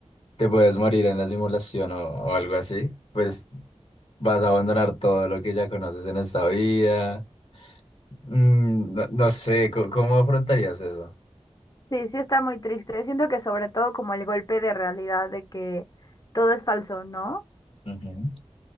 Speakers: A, on the left; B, on the left.
A: te puedes morir en la simulación o, o algo así, pues vas a abandonar todo lo que ya conoces en esta vida. Mm, no, no sé, ¿cómo, cómo afrontarías eso?
B: Sí, sí está muy triste. Siento que sobre todo como el golpe de realidad de que todo es falso, ¿no?
A: Ujú.